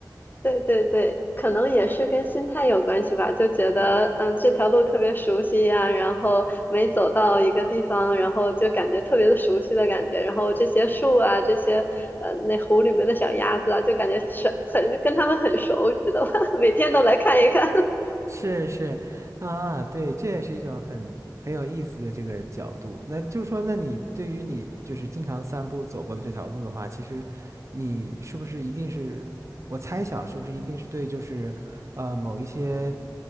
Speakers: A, on the left; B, on the right.
A: 对对对，可能也是跟心态有关系吧，就觉得嗯这条路特别熟悉呀，然后每走到一个地方，然后就感觉特别的熟悉的感觉，然后这些树啊，这些呃那湖里面的小鸭子啊，就感觉是很跟它们很熟，你知道吧？<laughs> 每天都来看一看，
B: 是是啊，对，这也是一种很很有意思的这个角度。那就说，那你对于你就是经常散步走过的这条路的话，其实你是不是一定是，我猜想是不是一定是对，就是呃某一些